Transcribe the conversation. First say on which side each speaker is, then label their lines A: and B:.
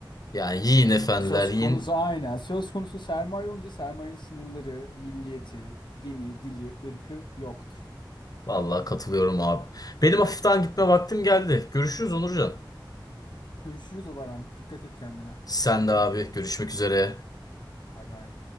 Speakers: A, on the left; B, on the left.
A: Yani yiyin efendiler
B: Söz
A: yiyin.
B: konusu aynen. Söz konusu sermaye olunca sermayenin sınırları, milliyeti, dini, dili, ırkı yoktur.
A: Vallahi katılıyorum abi. Benim hafiften gitme vaktim geldi. Görüşürüz Onurcan.
B: Görüşürüz o Baran. Dikkat et kendine.
A: Sen de abi görüşmek üzere.
B: Bay bay.